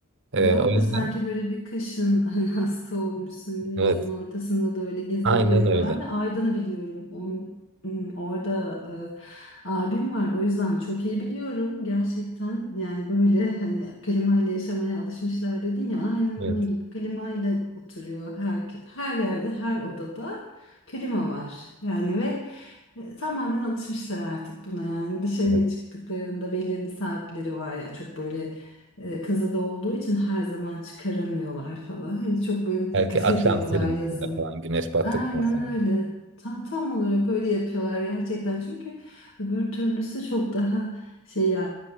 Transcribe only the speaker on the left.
Doğru
sanki böyle bir kışın <laughs> hani hasta olmuşsun gibi
yazın ortasında da öyle gezilebiliyor.
Ben de Aydın'ı biliyorum. Onun, hmm, orada e, abim var. O yüzden çok iyi biliyorum gerçekten. Yani böyle hani klimayla yaşamaya alışmışlar dedin ya aynen onun
gibi klimayla oturuyor her her yerde, her odada klima var. Yani ve e, Tamamen alışmışlar artık buna yani dışarıya
çıktıklarında belirli saatleri var ya çok böyle e, kızı da olduğu için her zaman çıkaramıyorlar falan. Hani çok böyle
dikkat
<laughs> ediyorlar
yazın.
Aynen
öyle. Tam, tam olarak böyle yapıyorlar gerçekten. Çünkü öbür türlüsü çok daha şey yani